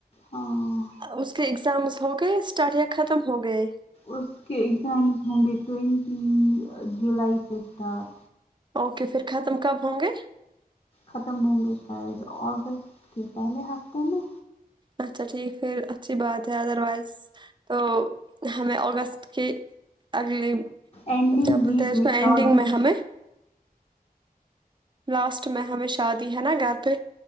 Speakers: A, on the left; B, on the right.
A: ہاں
B: اس کے ایگزام ہو گئے اسٹارٹ یا ختم ہو گئے
A: اس کے اگزامز ہوں گے ٹئونٹی جولائی سے اسٹارٹ
B: اوکے پھر ختم کب ہوں گے
A: ختم ہوں گے شاید آگست کے پہلے ہفتے میں
B: اچھا ٹھیک پھر اچھی بات ہے ادر وائز تو ہمیں اگست کی اگلی
A: اینڈنگ
B: کیا بولتے
A: ویک
B: اس
A: میں
B: کو اینڈنگ
A: سعودی
B: میں ہمیں لاسٹ میں ہمیں شادی ہے نا گھر پہ